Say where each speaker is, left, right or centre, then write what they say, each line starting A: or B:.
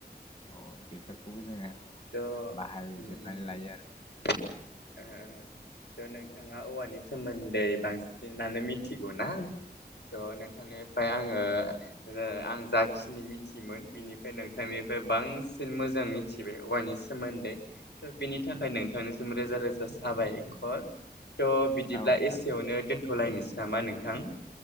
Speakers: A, on the left; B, on the left.
A: औ बेफोरखौबो जोङो
B: द'उम
A: बाहायजोबनानै
B: उम
A: लायो
B: ओ थ' नोंथाङा औवानि सोमोन्दै बांसिनानो मिथिगौना? थ' नोंथांनिफ्राय आङो ओ आं जाखिनि मिथियोमोन बिनिफ्राय नोंथांनिफ्राय बांसिन मोजां मिथिबाय। औवानि सोमोन्दै थ' बेनि थाखाय नोंथांनिसिम रोजा रोजा साबायखर। थ' बिदिब्ला
A: आरो औ नोंथां
B: एसेयावनो दोन्थ'लायनोस नामा नोंथां?